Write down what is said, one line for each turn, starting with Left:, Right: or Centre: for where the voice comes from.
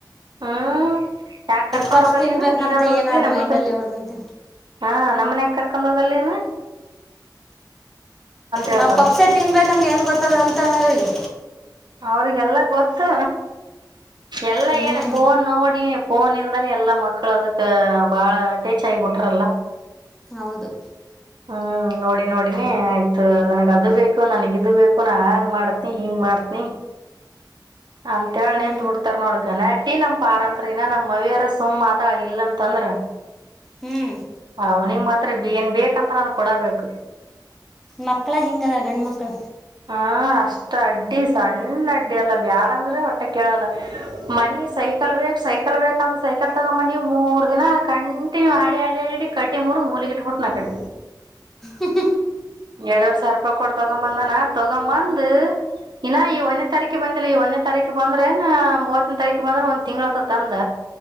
Right: ಹ್ಮ್ ಯಾಕ ಕರ್ಕೊಂಡ್
Centre: ಪಪ್ಸ್
Right: ಹೋಗಲ್ಲ
Centre: ತಿನ್ಬೇಕಂತ
Right: ನ ನೀನಾದ್ರ ಹೊಗ್ತ್ಯ
Centre: ಏನಾದ
Right: ನಮ
Centre: ಮೈಂಡಲ್ಲಿ
Right: ಕರ್ಕೊಂಡ್
Centre: ಹೊಡ್ದಂತೆ
Right: ಹಾ ನಮ್ಮನ್ಯಾಕ್ ಕರ್ಕೊಂಡ್ ಹೋಗಲ ನೀನು. ಹೇಳ್ತಾರ
Centre: ನಾವು ಪಪ್ಸೆ ತಿನ್ಬೇಕಂತ ಏನು ಗೊತ್ತದ ಅಂತ ಅವನ್ಗಹೇಳಿ.
Right: ಅವ್ರಿಗೆಲ್ಲ ಗೊತ್ತು ಎಲ್ಲ
Centre: ಹ್ಞೂ
Right: ಏನ ಫೋನ್ ನೋಡಿ. ಫೋನ ಇಂದಾನ ಎಲ್ಲಾ ಮಕ್ಕಳ ಅದಕ್ಕ ಬಾಳ ಅಟಚ್ ಆಗಿಬಿಟ್ರಲ್ಲ.
Centre: ಹೌದು
Right: ಹ್ಮ್ ನೋಡಿ ನೋಡಿನಿ ಆಯ್ತು ನನ್ಗ ಅದು ಬೇಕು ನನಗಿದು ಬೇಕು ನಾ ಹಾಂಗ್ ಮಾಡತ್ನಿ ಹಿಂಗ್ ಮಾಡ್ತಿ ನಿ ಅಂತ ಹೇಳ
Centre: ಹ್ಞೂ
Right: ನಿಂತ್ ಬಿಡ್ತಾರ ನೋಡ್ ಗಲಾಟ್ಟಿ ನಮ್ ಪಾರಂತ್ರ ಇನ್ನ ನಮ್ ಅವಿಯಾರ ಸುಮ್ ಅತ ಇಲ್ಲಂತಂದ್ರ.
Centre: ಹ್ಞೂ
Right: ಅವನಿಗ್ ಮಾತ್ರ ಏನ್ ಬೇಕಂತಾನ ಅದು ಕೊಡದಬೇಕು.
Centre: ಮಕ್ಕಳ ಹಿಂಗದ ಗಂಡ ಮಕ್ಳು.
Right: ಹ ಅಷ್ಟ ಅಡ್ಡಿ ಸಣ್ಣ ಅಡ್ಡಿ ಅಲ್ಲ ಬ್ಯಾಡ ಅಂದ್ರೆ ಹೊಟ್ಟೆ ಕೇಳಲ್ಲ ಮನಿ ಸೈ- <unintelligible> ಲ್ ಬೇಕು ಸೈಕಲ್ ಬೇಕಂದ ಸೈಕಲ್ ತಗ್ಂಬಂದಿವಿ ಮೂರ್ ದಿನ ಕಂಟಿನ್ಯೂ ಆಡಿ ಆಡಿ ಆಡಿ ಕಟ್ಟಿ ಮೂರ್ ಮೂ ಗ್ ಇಟ್ಬಿಟ್ನಾ ಆಕಡೆ.
Centre: ಹ್ಮ
Right: ಎರಡು ವರೆ ಸಾವಿರ ರೂಪಾಯಿ ಕೊಟ್ ತಗೊಂಬಂದನಾ ತಗೊಂಬಂದು. ಇನ್ನ ಈ ಒಂದನೇ ತಾರೀಕ ಬಂದಿಲ್ಲ ಈ ಒಂದನೇ ತಾರೀಕ ಬಂದ್ರೇನ ಮೂವತ್ತನೇ ತಾರೀಕ ಬಂದ್ರೆ ಒಂದ್ ತಿಂಗ್ಳ ಅತತ ತಂದ.